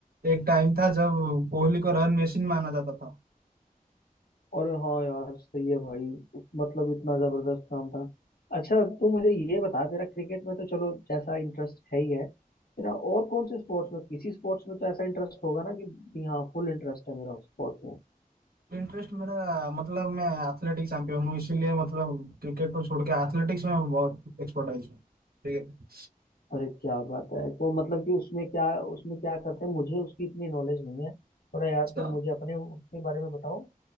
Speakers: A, on the right; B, on the left.
A: एक टाइम था जब कोहली को रन मशीन माना जाता था
B: और हाँ यार सही है भाई मतलब इतना जबरदस्त नाम था अच्छा तू मुझे ये बता तेरा क्रिकेट में तो चलो जैसा इंटरेस्ट है ही है तेरा और कौन से स्पोर्ट्स में किसी स्पोर्ट्स में तो ऐसा इंटरेस्ट होगा ना कि भी हाँ फुल इंटरेस्ट है मेरा स्पोर्ट में
A: इंटरेस्ट मेरा मतलब मैं एथलेटिक्स चैंपियन हूँ इसीलिए मतलब क्रिकेट को छोड़ के एथलेटिक्स में बहुत एक्सपर्टाइज हूँ ठीक
B: अरे क्या बात है वो मतलब कि उसमें क्या उसमें क्या करते हैं मुझे उसकी इतनी नॉलेज नहीं है थोड़ा यार
A: है
B: तुम मुझे अपने उसके बारे में बताओ